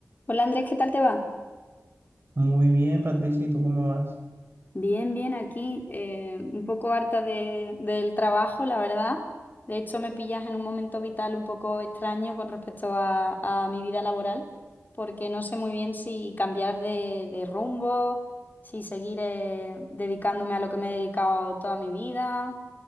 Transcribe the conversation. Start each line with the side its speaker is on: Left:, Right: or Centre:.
Left: Hola Andrés, ¿qué tal te va?
Right: Muy bien, Patricia, ¿y tú cómo vas?
Left: Bien, bien, aquí eh, un poco harta de- del trabajo, la verdad. De hecho, me pillas en un momento vital un poco extraño con respecto a, a mi vida laboral, porque no sé muy bien si cambiar de, de rumbo, si seguir eh, dedicándome a lo que me he dedicado toda mi vida.